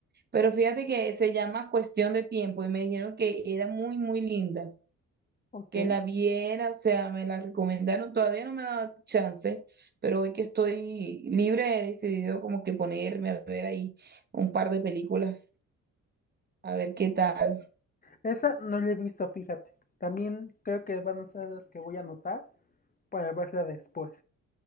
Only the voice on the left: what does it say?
Ok.
Esa no la he visto, fíjate. También creo que van a ser las que voy a anotar para verla después.